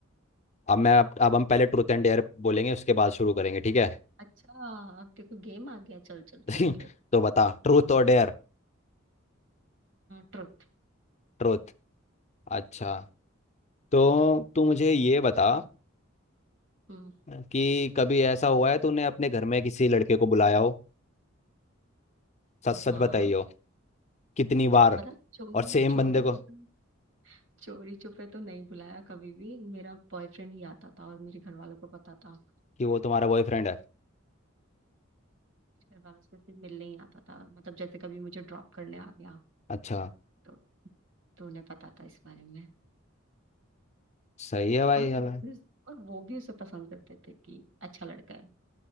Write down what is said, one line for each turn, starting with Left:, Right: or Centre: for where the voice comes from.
Left: अब मैं अब, अब हम पहले ट्रूथ एंड डेयर बोलेंगे उसके बाद शुरू करेंगे ठीक है
Right: अच्छा अब देखो गेम आ गया चल चल
Left: <laughs>
Right: खेल खेल
Left: तो बता ट्रूथ और डेयर
Right: ट्रुथ
Left: ट्रूथ अच्छा तो तू मुझे ये बता
Right: हम्म
Left: कि कभी ऐसा हुआ है तूने अपने घर में किसी लड़के को बुलाया हो सच सच
Right: हाँ
Left: बताई हो कितनी बार
Right: मतलब चोरी
Left: और सेम
Right: चोरी
Left: बंदे
Right: छुपे
Left: को
Right: चोरी छुपे तो नहीं बुलाया कभी भी मेरा बॉयफ्रेंड ही आता था और मेरे घर वालों को पता था
Left: कि वो तुम्हारा बॉयफ्रेंड है
Right: मेरे घर वालों से सिर्फ मिलने ही आता था मतलब जैसे कभी मुझे ड्रॉप करने आ गया
Left: अच्छा
Right: तो तो उन्हें पता था इस बारे में
Left: सही है भाई
Right: और
Left: यार
Right: वो भी और वो भी उसे पसंद करते थे कि अच्छा लड़का है